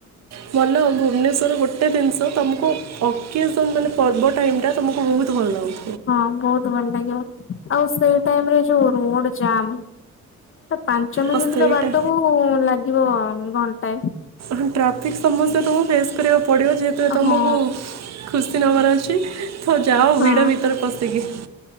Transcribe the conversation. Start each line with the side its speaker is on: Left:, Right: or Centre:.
Right: ଭଲ ଭୁବନେଶ୍ୱର ଗୋଟେ ଜିନିଷ ତୁମକୁ ଅକେଜନ ମାନେ ପର୍ବ ଟାଇମ୍ ଟା ତୁମକୁ ବହୁତ ଭଲ ଲାଗୁ।
Left: ହଁ ବହୁତ ଭଲ ଲାଗିବ। ଆଉ ସେଇ ଟାଇମ୍ ରେ ଯୋଉ ରୋଡ ଜାମ୍। ପାଞ୍ଚ ମିନିଟ୍
Right: ଆଉ ସେଇଟା
Left: ର ବାଟକୁ ଲାଗିବ। ଘଣ୍ଟାଏ।
Right: ହଁ ଟ୍ରାଫିକ୍ ସମସ୍ୟା ତକୁ ଫେସ୍ କରିବାକୁ ପଡିବ ଯେଥିରେ ତୁମକୁ
Left: ହଁ
Right: ଖୁସି ନେବାର ଅଛି। ଠ ଯାଅ
Left: ହଁ।
Right: ବିଡ ଭିତରେ ପସିକି।